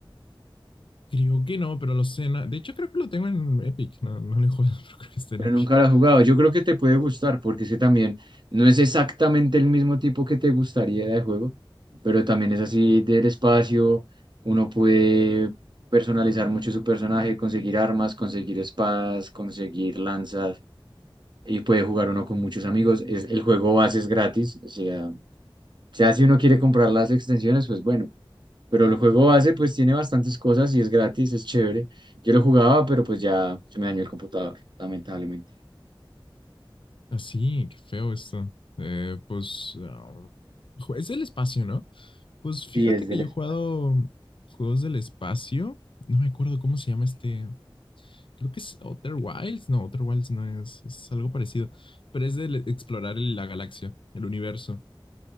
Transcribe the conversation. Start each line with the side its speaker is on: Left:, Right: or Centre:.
Left: Creo que no, pero lo sé. no- De hecho, creo que lo tengo en Epic. No, no lo he jugado, <laughs> pero creo que está en
Right: Pero
Left: Epic.
Right: nunca lo he jugado. Yo creo que te puede gustar porque es que también no es exactamente el mismo tipo que te gustaría de juego, pero también es así del espacio. Uno puede personalizar mucho su personaje, conseguir armas, conseguir espadas, conseguir lanzas y puede jugar uno con muchos amigos. Es, el juego base es gratis. O sea, sea, si uno quiere comprar las extensiones, pues bueno. Pero el juego base pues tiene bastantes cosas y es gratis, es chévere. Yo lo jugaba, pero pues ya se me dañó el computador, lamentablemente.
Left: Así, qué feo esto. Eh, pues ah, jue- es el espacio, ¿no? Pues fíjate
Right: Sí, es
Left: que
Right: del
Left: yo
Right: espacio.
Left: he jugado juegos del espacio. No me acuerdo cómo se llama este. Creo que es Outer Wilds. No, Outer Wilds no es, es algo parecido, pero es de le- explorar el- la galaxia, el universo.